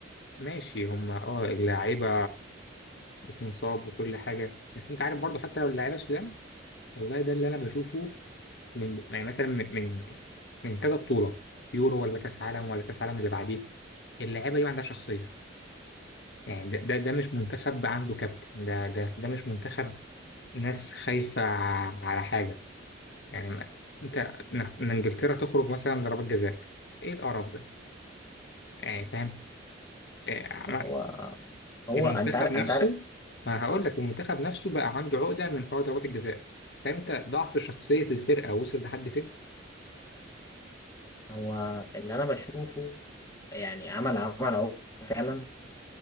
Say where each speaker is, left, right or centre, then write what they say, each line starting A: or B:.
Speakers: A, on the left; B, on the left.
A: ماشي هم اه اللعيبه بتنصاب وكل حاجه بس انت عارف برضو حتى لو اللعيبه سلام والله ده اللي انا بشوفه من يعني مثلا من من من كذا بطوله يورو ولا كاس عالم ولا كاس عالم اللي بعديه اللعيبه دي ما عندها شخصيه يعني ده ده, ده مش منتخب عنده كابتن ده ده ده مش منتخب ناس خايفة ع- على حاجة يعني ما- انت إنك- ان انجلترا تخرج مثلا ضربات جزاء ايه القرف ده يعني فاهم يعني
B: فهو
A: ما-
B: هو
A: المنتخب
B: أنت عارف
A: نفسه
B: أنت عارف
A: ما هقول لك المنتخب نفسه بقى عنده عقدة من حوار ضربات الجزاء فاهم انت ضعف شخصية الفرقة وصل لحد فين
B: هو اللي أنا بشوفه يعني عمل عمل أهو فعلا